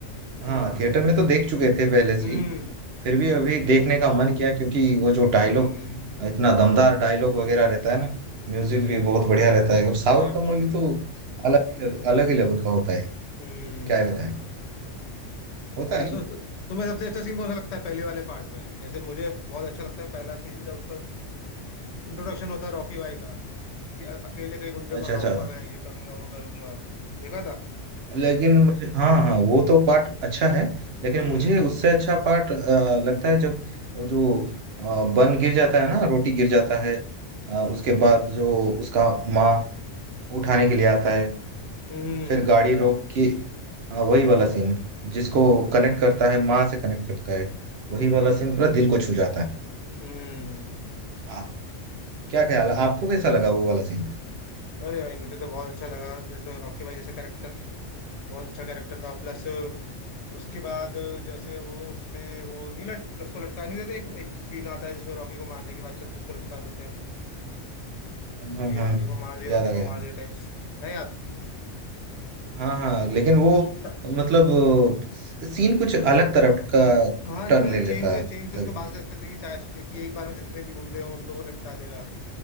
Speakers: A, on the left; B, on the right.
A: हम्म
B: हाँ थिएटर में तो देख चुके थे पहले
A: हम्म
B: से ही फिर भी अभी देखने का मन किया क्योंकि वो जो डायलॉग
A: हम्म
B: इतना दमदार डायलॉग वगैरह रहता है ना म्यूजिक
A: अरे
B: भी बहुत बढ़िया रहता
A: अरे
B: है और साउथ
A: अरे बहुत
B: का मूवी
A: बढ़िया
B: तो अलग ही लेव- अलग ही लेवल का होता है
A: हम्म
B: क्या ही बताएं होता
A: तो,
B: है
A: तो,
B: ना
A: तो तुम्हें सबसे अच्छा सीन कौन सा लगता है पहले वाले पार्ट में जैसे मुझे बहुत अच्छा लगता है पहला सीन जब उसका इंट्रोडक्शन होता है रॉकी भाई का कि अ- अकेले कई गुंडे
B: अच्छा
A: को हराऊंगा
B: अच्छा
A: मैं ये करूंगा वो करूंगा देखा था
B: लेकिन मुझे हाँ हाँ वो तो पार्ट अच्छा है लेकिन
A: हम्म
B: मुझे उससे अच्छा पार्ट लगता है जब वो जो अ, बन गिर जाता है ना रोटी गिर जाता है अ, उसके बाद जो उसका माँ उठाने के लिए आता
A: हम्म
B: है
A: हम्म
B: फिर गाड़ी रोक के हाँ वही वाला सीन जिसको कनेक्ट करता है माँ से कनेक्ट करता है वही वाला
A: हम्म
B: सीन पूरा दिल को छू जाता है
A: हम्म।
B: आप क्या ख्याल है आपको कैसा लगा वो वाला सीन
A: अरे भाई मुझे तो बहुत अच्छा लगा जैसे रॉकी भाई जैसा कैरेक्टर बहुत अच्छा कैरेक्टर था प्लस उसके बाद जैसे वो उसमें वो नहीं लट, उसको लटका नहीं देते एक, एक सीन आता है जिसमें रॉकी को मारने के बाद चलते उसको लटका देते हैं
B: हाँ
A: कि
B: हाँ
A: रॉकी को मार दिया
B: याद
A: रॉकी
B: आ
A: को
B: गया
A: मार दिया टाइप्स है याद
B: हाँ हाँ लेकिन वो
A: स-
B: मतलब सीन कुछ अलग तरह का
A: हाँ इसमें
B: टर्न ले लेता
A: चेन से
B: है
A: चेन से
B: तभी
A: उसको बांध के रखते थे कि चाहे एक ही एक बार में जितने भी गुंडे हों उनको वो निपटा देगा